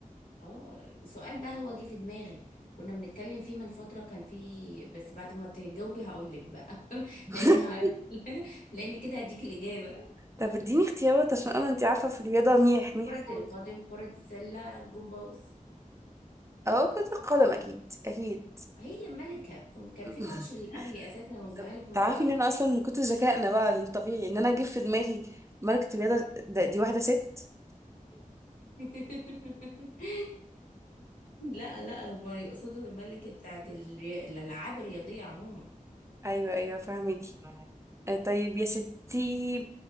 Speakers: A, on the left; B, on the right.
A: اه سؤال بقى هو جه في دماغي كنا بنتكلم فيه من فترة كان فيه بس بعد ما تجاوبي هقول لك بقى <laughs>
B: <laughs>
A: لان ه... <laughs> لان كده هديك الإجابة
B: طب اديني اختيارات عشان انا انت عارفة في الرياضة ميح ميح
A: كرة
B: خالص
A: القدم كرة السلة الجمباز
B: اه كرة القدم اكيد اكيد
A: هي ملكة كن... كان
B: <laughs>
A: في ماتش للأهلي أساسا والزمالك
B: طب
A: من
B: تعرفي
A: قريب
B: ان انا اصلا من كتر ذكائنا بقى الطبيعي ان انا اجيب في دماغي ملكة الرياضة ده دي واحدة ست
A: <laughs> لا لا هما يقصدوا الملكة بتاعت الري... الألعاب الرياضية عموما
B: ايوه ايوه فهميكي آه، طيب يا ستي